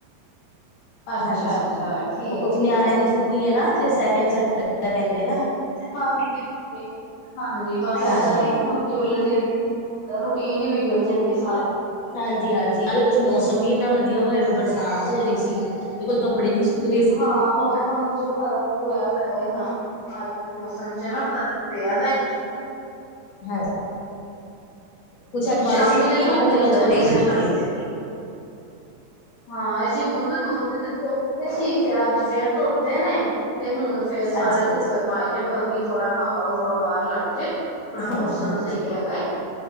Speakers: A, on the left (about 65°); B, on the left (about 50°).
A: ਅੱਛਾ
B: ਹਾਂਜੀ
A: ਅੱਛਾ ਠੀਕ
B: ਉਹ ਕੁਛ ਨਿਆਣਿਆਂ
A: ਹੈ
B: ਦੀ ਛੁੱਟੀ ਹੈ, ਨਾ ਜੇ ਸੈਕਿੰਡ ਸੈਟਰਡ ਦਾ ਪੈਂਦੇ ਆ।
A: ਹਾਂਜੀ-ਹਾਂਜੀ, ਬਸ
B: ਹਾਂਜੀ
A: ਏਦਾਂ ਹੀ ਆ। ਵਲ ਰੂਟੀਨ ਹੀ ਵਿਗੜ ਜਾਂਦੇ ਸਾਰੇ,
B: ਹਾਂਜੀ-ਹਾਂਜੀ ਨਾਲੇ ਕੁਛ ਮੌਸਮ ਵੀ ਇੰਨਾ ਵਧੀਆ ਹੋਇਆ, ਵਾ ਬਰਸਾਤ ਹੋ ਰਹੀ ਸੀ। ਓਤੇ ਕੋਈ ਕੱਪੜੇ ਨੀ ਸੁੱਕਦੇ।
A: ਹਾਂ ਮੌਸਮ ਚ ਫ਼ਰਕ ਪਿਆ ਤੇ ਹੋਣਾ। ਹਾਲ ਮੌਸਮ ਚ ਹੈ ਨਾ ਫਰਕ ਪਿਆ ਵੈ,
B: ਹਾਂ, ਕੁਛ ਅੱਜ
A: ਸ਼ਾਮੀ
B: ਬਾਰਿਸ਼ ਰੁਕੀ
A: ਤੇ ਧੁੱਪ
B: ਮੈਂ ਕਿਹਾ
A: ਨਿਕਲ
B: ਚਲੋ ਅਜ ਘਰੋ
A: ਗਈ ਸੀ
B: ਤੋਲੀਏ,
A: ਸਾਰੀ। ਹਾਂ ਅਸੀਂ ਖੁੱਦ ਦੋ ਦਿਨ ਧੋਤੇ ਸੀ ਫੇਰ ਅੱਜ ਫੇਰ ਧੋ ਤੇ ਨੇ ਤੇ ਹੁਣ ਫੇਰ ਸਾਰੇ
B: ਅੱਛਾ ਜੀ
A: ਧੁੱਪੇ ਪਾਏ ਨੇ ਵੀ ਥੋੜਾ ਹਵਾ-ਹੁਵਾ ਬਾਹਰ ਲੱਗ ਜੇ। ਥੋੜਾ
B: ਹਾਂਜੀ-ਹਾਂਜੀ।
A: ਮੌਸਮ ਸਹੀ ਹੈਗਾ ਏ।